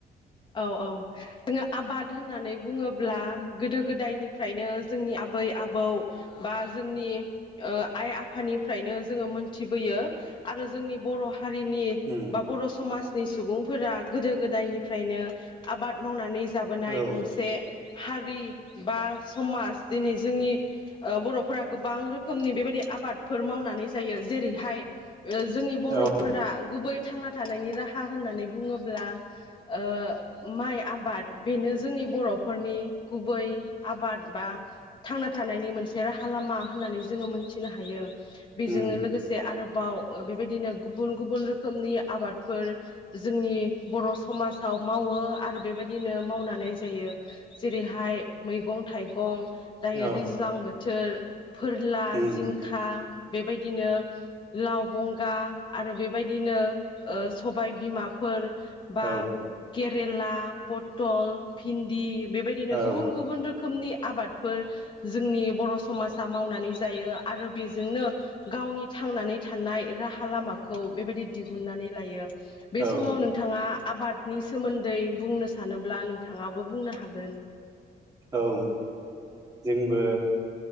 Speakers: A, on the left; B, on the right.
A: औ औ जोङो आबाद होननानै बुङोब्ला गोदो गोदायनिफ्रायनो जोंनि आबै आबौ बा जोंनि ओ आइ आफानिफ्रायनो जोङो मोनथिबोयो आरो जोंनि बर' हारिनि
B: उम
A: बा बर' सु समाजनि सुबुंफोरा गोदो गोदायनिफ्रायनो आबाद मावनानै जाबोनाय
B: औ
A: मोनसे हारि बा समाज दिनै जोंनि ओ बर'फोरा गोबां रोखोमनि बेबायदि आबादफोर मावनानै जायो जेरैहाय ओ जोंनि बर'फोरा
B: औ
A: गुबै थांना थानायनि राहा होननानै बुङोब्ला ओ माइ आबाद बेनो जोंनि बर'फोरनि गुबै आबाद बा थांना थानायनि मोनसे राहा लामा होननानै जोङो मोनथिनो हायो। बेजोंनो
B: उम
A: लोगोसे आरो बाव बेबायदिनो गुबुन गुबुन रोखोमनि आबादफोर जोंनि बर' समाजाव मावो आरो बेबायदिनो मावनानै जायो जेरैहाय मैगं थाइगं दायो
B: औ
A: दैज्लां बोथो बोथोर फोरला
B: उम
A: जिंखा बेबायदिनो लाव बंगा आरो बेबायदिनो ओ सबाय बिमाफोर बा
B: औ
A: केरेला पटल भिन्दि बेबायदिनो
B: औ
A: गुबुन गुबुन रोखोमनि आबादफोर जोंनि बर' समाजा मावनानै जायो आरो बेजोंनो गावनि थांनानै थानाय राहा लामाखौ बेबायदि दिहुन दिहुननानै लायो बे
B: औ
A: समाव नोंथाङा आबादनि सोमोन्दै बुंनो सानोब्ला नोंथाङाबो बुंनो हागोन
B: औ जोंबो